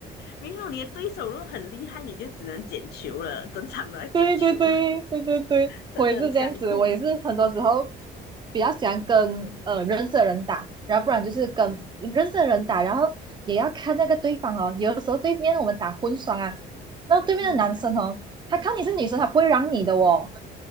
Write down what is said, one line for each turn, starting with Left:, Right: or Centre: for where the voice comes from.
Left: 没有你的对手如果很厉害，你就只能捡球了，整场都在捡球，
Right: 对对对对对对，
Left: <laughs> 真的很想哭。
Right: 我也是这样子，我也是很多时候比较喜欢跟呃认识的人打，然后不然就是跟认识的人打，
Left: 嗯。
Right: 然后也要看那个对方哦。有的时候对面我们打混双啊，那对面的男生哦，
Left: 嗯，<laughs>
Right: 他看你是女生，他不会让你的哦。